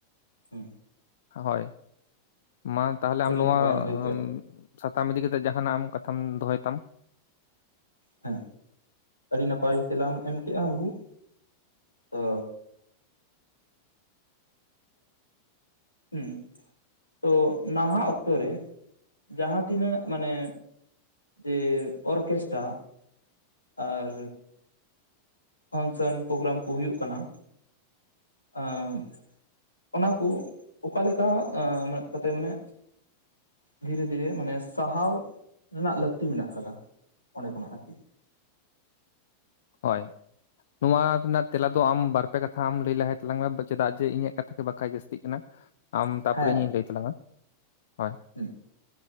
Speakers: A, on the left (about 85°); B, on the left (about 60°).
A: ᱦᱮᱸ
B: ᱦᱳᱭ ᱢᱟ ᱛᱟᱦᱞᱮ ᱟᱢ
A: ᱟᱹᱰᱤ
B: ᱱᱚᱣᱟ
A: ᱱᱟᱯᱟᱭᱮᱢ ᱞᱟᱹᱭ ᱠᱮᱜᱼᱟ
B: ᱟᱢᱼᱼ ᱥᱟᱛᱟᱢ ᱤᱫᱤ ᱠᱟᱛᱮ ᱡᱟᱦᱟᱱᱟᱜ ᱟᱢ ᱠᱟᱛᱷᱟᱢ ᱫᱚᱦᱚᱭ ᱛᱟᱢ
A: ᱦᱮᱸ ᱟᱹᱰᱤ ᱱᱟᱯᱟᱭ ᱛᱮᱞᱟᱢ ᱮᱢ ᱠᱮᱜᱼᱟ ᱵᱟᱹᱵᱩ ᱛᱚᱼᱼ ᱦᱩᱸ ᱛᱚ ᱱᱟᱦᱟᱜ ᱚᱠᱛᱚ ᱨᱮ ᱡᱟᱦᱟᱸ ᱛᱤᱱᱟᱹᱜ ᱢᱟᱱᱮᱼᱼ ᱡᱮ ᱚᱨᱠᱮᱥᱴᱨᱟ ᱟᱨᱼᱼ ᱯᱷᱟᱱᱥᱮᱱ ᱯᱨᱳᱜᱨᱟᱢ ᱠᱚ ᱦᱩᱭᱩᱜ ᱠᱟᱱᱟ ᱮᱸ ᱚᱱᱟ ᱠᱚ ᱚᱠᱟᱞᱮᱠᱟ ᱢᱮᱱᱟᱜ ᱠᱟᱛᱮ ᱢᱟᱱᱮ, ᱫᱷᱤᱨᱮ ᱫᱷᱤᱨᱮ ᱢᱟᱱᱮ ᱥᱟᱦᱟᱣ ᱨᱮᱱᱟᱜ ᱞᱟᱹᱠᱛᱤ ᱢᱮᱱᱟᱜ ᱟᱠᱟᱫᱟ ᱚᱸᱰᱮ ᱠᱷᱚᱱᱟᱜ ᱟᱨᱠᱤ
B: ᱦᱚᱭ, ᱱᱚᱣᱟ ᱨᱮᱱᱟᱜ ᱛᱮᱞᱟ ᱫᱚ ᱟᱢ ᱵᱟᱨᱯᱮ ᱠᱟᱛᱷᱟ ᱟᱢ ᱞᱟᱹᱭ ᱞᱟᱦᱟᱭ ᱛᱟᱞᱟᱝ ᱢᱮ ᱪᱮᱫᱟᱜ ᱡᱮ ᱤᱧᱟᱹᱜ ᱠᱟᱛᱷᱟ ᱜᱮ ᱵᱟᱠᱟᱱ ᱡᱟᱹᱥᱛᱤᱜ ᱠᱟᱱᱟ,
A: <unintelligible>
B: ᱟᱢ ᱛᱟᱯᱚᱨᱮ
A: ᱦᱮᱸ
B: ᱤᱧᱤᱧ ᱞᱟᱹᱭ ᱛᱟᱞᱟᱝ-ᱟ ᱦᱳᱭ᱾
A: ᱦᱮᱸ